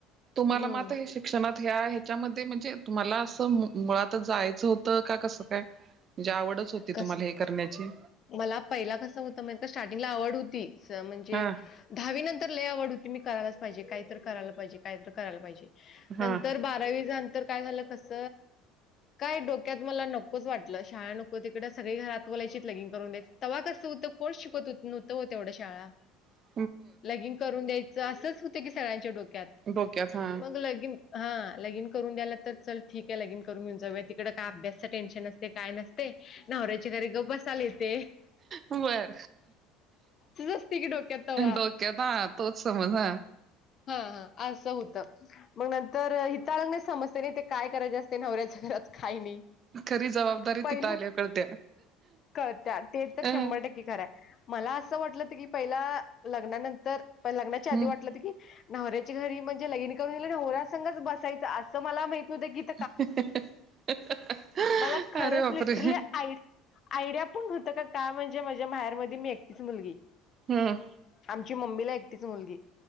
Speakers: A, on the right; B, on the left.
A: तुम्हाला
B: हं,
A: मात हे शिक शिक्षणात ह ह्याच्यामध्ये म्हणजे तुम्हाला असं मुळात जायचं होतं का कसं काय म्हणजे आवडच होती
B: कस
A: तुम्हाला हे करण्याची
B: मला पहिला कसं होतं मा का स्टार्टिंगला आवड होती म्हणजे
A: हा
B: दहावी नंतर लय आवड होती मी करायला पाहिजे काही तर करायला पाहिजे काय तर करायला पाहिजे
A: हा
B: नंतर बारावीच्या नंतर काय झालं कस काय डोक्यात मला नको वाटलं शाळा नको तिकडे सगळी घरात बलायची लगिंग करून द्या तवा कस होतं कोस शिकवत हो तेव्या शळा
A: ह
B: लगिन करून द्यायचं असंच होतं की सगळ्यांच्या डोक्यात
A: डोक्यात हा
B: मग लगिन हा लगिन करून द्यायला तर च ठीक आहे लगिन करून घेऊन जाऊया तिकडडे काय अभ्यासच टेन्शन ते काय नसते नवऱ्याच्या घरी ग बसाले ते
A: बर
B: असते की डोक्यात तेव्हा.
A: डोक्यात तोच समजा
B: हा हा असं होतं मग नंतर हिताळंग नाही समजते नाही ते काय करायचे असते नवऱ्याच्या घरात काही नाही
A: खरी जबाबदारी
B: पहिलं
A: तिथं आल्यावर कळत्या
B: कर त्या ते तर
A: अ
B: शंभर टक्के खरां मला असं वाटलंत की पहिला लग्नानंतर लग्नाच्या आधी
A: हम्म.
B: वाटलं होत की नवऱ्याची घरी म्हणजे लगिनी करून ग नवऱ्या सघच बसायचं असं मला माहित न होतं क
A: <inaudible>
B: मला खरंच
A: अरे बापरे
B: लिटरली आ आयडिया पण होतं का का म्हणजे माझ्या माहेरमध्ये मी एकटीच मुलगी
A: हम्
B: आमची मम्मीला एकटीच मुलगी